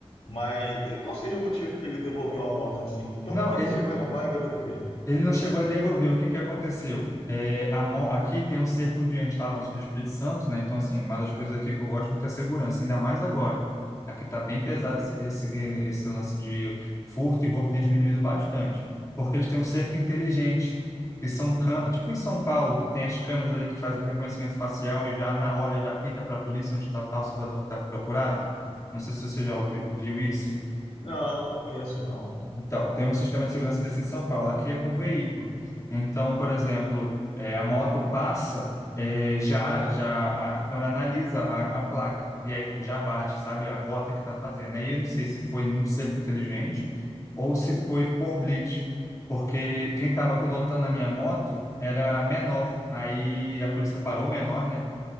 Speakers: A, on the left (about 75°); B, on the left (about 35°).
A: Mas e qual seria o motivo que ele devolveu a moto assim? Então
B: Não,
A: por que
B: ele,
A: que você vai roubar e vai devolver?
B: Ele não chegou a devolver. O que que aconteceu? É, a mo- aqui tem um cerco de... A gente estava falando sobre o Espírito Santo, né? Então, assim, uma das coisas aqui que eu gosto muito é a segurança, ainda mais agora. Aqui está bem pesado esse, esse, esse lance de furto e roubo tem diminuído bastante, porque eles têm um cerco inteligente, que são... cã- Tipo em São Paulo, que tem as câmeras ali que fazem o reconhecimento facial e já na hora já apita para a polícia onde está tal cidadão que está procurado. Não sei se você já ouvi- viu isso.
A: Não, não conheço, não.
B: Então, tem um sistema de segurança desse em São Paulo, aqui é com veículo. Então, por exemplo, é, a moto passa, é, já, já a, a câmera analisa a, a placa, e aí já bate, sabe, a rota que está fazendo. Aí eu não sei se foi no cerco inteligente ou se foi por blitz, porque quem estava pilotando a minha moto era menor. Aí a polícia parou o menor, né,